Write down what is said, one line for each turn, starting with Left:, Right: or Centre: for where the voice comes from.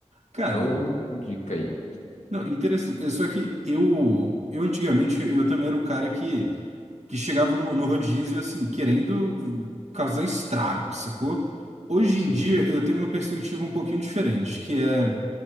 Right: Cara,
Left: É o, o dica aí.
Right: não, interessante. É só que eu, eu antigamente, eu também era o cara que que chegava no, no rodízio, assim, querendo causar estrago, sacou? Hoje
Left: Sim.
Right: em dia eu tenho uma perspectiva um pouquinho diferente, que é